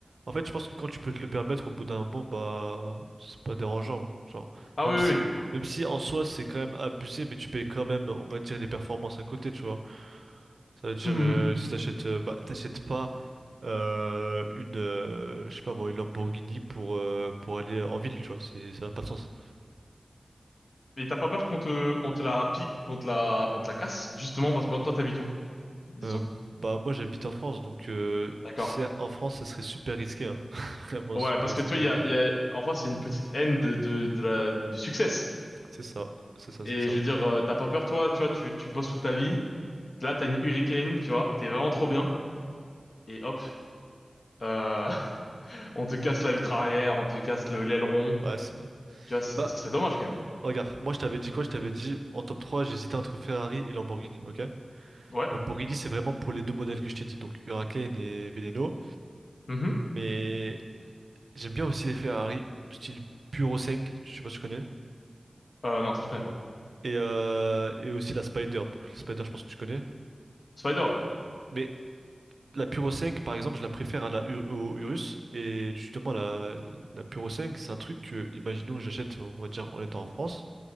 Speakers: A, on the right (about 75°); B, on the left (about 70°).
A: en fait, je pense que quand tu peux te le permettre, au bout d'un moment, bah, c'est pas dérangeant. Genre,
B: Ah
A: même
B: oui,
A: si,
B: oui,
A: même si en soi, c'est quand même abusé, mais tu payes quand même, on va dire, les performances à côté, tu vois. Ça veut dire,
B: oui. Mhm.
A: euh, si t'achètes, euh, bah, t'achètes pas euh, une, euh, je sais pas moi, une Lamborghini pour, euh, pour aller en ville, tu vois, c'est, ça n'a pas de sens.
B: Et t'as pas peur qu'on te, on te la pique, qu'on te la, on te la casse, justement, parce que bon, toi, t'habites où, disons.
A: Euh, bah moi j'habite en France donc euh,
B: D'accord.
A: c'est- en France ce serait super risqué hein. <laughs> Vraiment
B: Ouais,
A: super
B: parce
A: risqué
B: que tu vois, il y a,
A: mais
B: il y a, en France, c'est une petite haine de, de, de la, du succès.
A: c'est ça c'est ça
B: Et
A: c'est ça
B: je veux dire, euh, t'as pas peur, toi, tu vois, tu, tu bosses toute ta vie. Là, t'as une Hurricane, tu vois, t'es vraiment trop bien. Et hop, euh, <laughs> on te casse la vitre arrière, on te casse le l'aileron.
A: ouais c'est vrai
B: Tu vois, c'est,
A: bah
B: ça serait dommage quand même.
A: regarde moi je t'avais dit quoi je t'avais dit en top 3 j'hésitais entre Ferrari et Lamborghini ok
B: Ouais.
A: Lamborghini c'est vraiment pour les deux modèles que je t'ai dit donc Huracan et Veneno
B: Mhm.
A: mais j'aime bien aussi les Ferrari du style Puro je sais pas si tu connais
B: Euh, non, ça je connais pas.
A: et, euh, et aussi la Spider bon la Spider je pense que tu connais
B: Spider, oui.
A: mais La Puro 5, par exemple, je la préfère à la Ur- au Urus. Et justement, la, la Puro 5, c'est un truc que, imaginons que j'achète, on va dire, en étant en France.